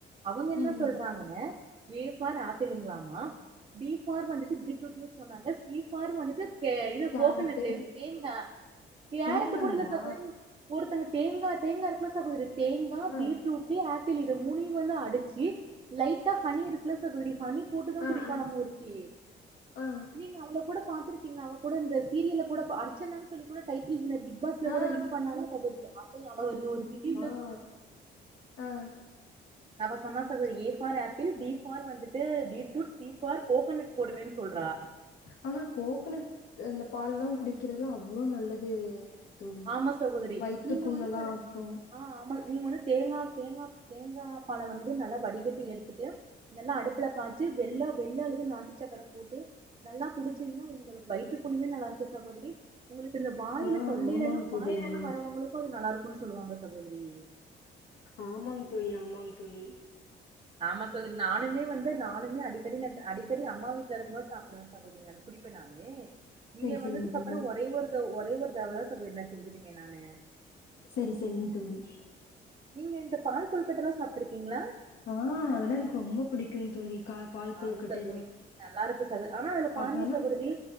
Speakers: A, on the right; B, on the left.
A: அவங்க என்ன
B: ம் ம்.
A: சொல்றாங்கன்னு ஏபார் ஆப்பிளுங்களாமா பி ஃபார் வந்துட்டு பீட்ரூட் சொன்னாங்க சிஃபார் வந்துட்டு இது
B: கேரட்டு
A: கோகனட்டு தேங்காய் கேரட்
B: தேங்காங்களா?
A: கூட இல்ல சார் ஒருத்தங்க தேங்கா தேங்கா இருக்குல சகோதிரி தேங்காய்
B: ஆ
A: பீட்ரூட்டு ஆப் பில் இத மூனையு வந்து அடிச்சு லைட்டா ஹனி இருக்குல சகோதரி ஹனி போட்டுதான்
B: ஆ
A: குடிப்பாளா
B: ஆ
A: ஓருத்தி
B: ஆ
A: நீங்க அவள கூட பார்த்திருப்பீங்க அவ கூட இந்த சீரியல கூட அர்ச்சனானு சொல்லி கூட டைட் பிக் பாஸ்ல
B: ஆ
A: கூட வின் பண்ணாலே அவ ஒரு பிடுவ்லஸ்
B: ஹ ஆஹ்
A: ந சொன்னா A for apple B for வந்துட்டு பீட்ரூட் சி ஃபார் கோக்கனட் போடுவேன்னு சொல்றா
B: ஆனா கோகனட் அந்த பால் லா குடிக்கிறதெல்லா அவ்வளவு நல்லது தோழி
A: ஆமா சகோதரி
B: வயித்து
A: நீங்க
B: புண்ணெல்லா
A: வந்து பர
B: ஆத்து
A: ஆ ஆமா நீங்க வந்து தேங்கா தேங்கா தேங்கா பால வந்து நல்லா வடிகட்டி எடுத்துட்டு நல்லா அடுப்புல காச்சி வெள்ள வெள்ள அல்லது நாட்டு சக்கரை போட்டு நல்லா குடிச்சீங்கன்னா உங்களுக்கு வயித்து புண்ணுமே நல்லா இருக்கு சகோதரி உங்களுக்கு இந்த வாயில
B: ஆ
A: தொண்
B: ஆமாங்
A: எல்லா
B: தோழி
A: வாயு புண்
B: ஆமா
A: வரவங்களுக்கு அது நல்லா இருக்கு ன்னு சொல்லுவாங்க சகோதரி
B: ஆமாங் தோழி ஆமாங் தோழி
A: ஆமா சகோதரி நானுமே வந்து நானுமே அடிக்கடி நா அடிக்கடி அம்மா வீட்டுல இருக்கும்போது சாப்டுவே சகோதரி நா குடிப்பே நானு
B: செரி
A: இங்க
B: செரிங்க
A: வந்ததுக்கு
B: தோழி
A: அப்புற ஒரே ஒரு ஒரே ஒரு நேத்து அவ தான் சொல்லிருந்தா செஞ்சிருக்கே நானு
B: செரி செரிங்க தோழி
A: நீங்க இந்த பால் கொழுக்கட்டல்லா சாப்ட்டுருக்கீங்களா
B: ஆ அதெல்லா எனக்கு ரொம்ப புடிக்கும் தோழி கா பால் கொழுக்கட்டைலா
A: ஆமா சகோதரி நல்லா இருக்கு சக ஆனா அதுல பாருங்க
B: அப்பெல்லா
A: சகோதரி